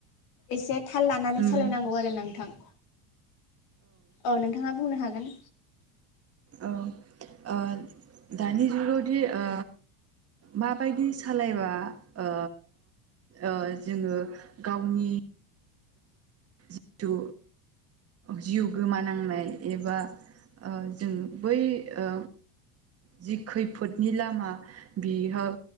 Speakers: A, on the left; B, on the right.
A: एसे थाल लानानै
B: उम
A: सालायनांगौ आरो नोंथां। औ नोंथाङा बुंनो हागोन।
B: औ ओ दानि जुगावदि ओ माबायदि सालायबा ओ ओ जोंङो गावनि जिथु जिउ गोमानांनाय एबा ओ जों बै ओ जि खैफोदनि लामा बेयाव